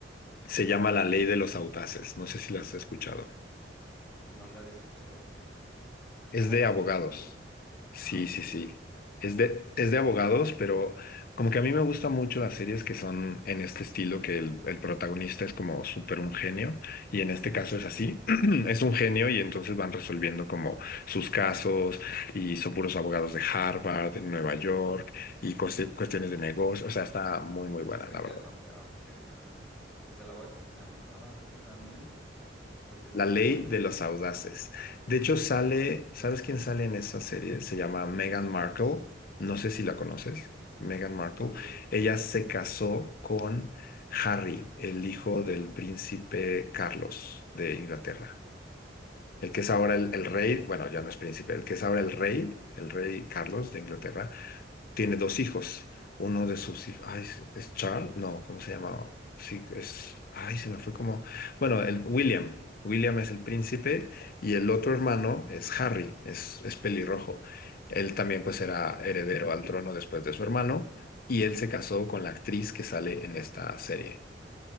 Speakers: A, on the left; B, in the centre.
A: Se
B: ¿cuál?
A: llama La Ley de los Audaces. No sé si la has escuchado.
B: No la había escuchado, fíjate. Está
A: Es
B: buena,
A: de abogados.
B: ¿la recomiendas?
A: Sí,
B: Ah, ok.
A: sí, sí. Es de, es de abogados, pero como que a mí me gustan mucho las series que son en este estilo, que el, el protagonista es como súper un genio, y en este caso es así, <clears throat> es un genio y entonces van resolviendo como sus casos y son puros abogados de Harvard, de Nueva York y cueste- cuestiones de negocio, o sea, está muy, muy buena,
B: Está
A: la
B: interesante,
A: verdad.
B: ah, ok. Ah, pues ya la voy a tener anotada, yo también, porque se
A: La
B: ve
A: ley
B: buena.
A: de los audaces. De hecho, sale, ¿sabes quién sale en esa serie? Se llama Meghan
B: ¿Quién sale?
A: Markle. No sé si la conoces. Meghan Markle.
B: No, no lo ubico.
A: Ella se casó con Harry, el hijo del príncipe Carlos de Inglaterra.
B: Ah,
A: El que es ahora el, el rey, bueno, ya no es príncipe, el que es ahora el rey, el rey Carlos de Inglaterra, tiene dos hijos. Uno de sus hijos, ay, ¿es es Charles? No, ¿cómo se llama? Sí, es, ay, se me fue como, bueno, el William. William es el príncipe y el otro hermano es Harry, es, es pelirrojo. Él también pues era heredero al trono después de su hermano y él se casó con la actriz que sale en esta serie.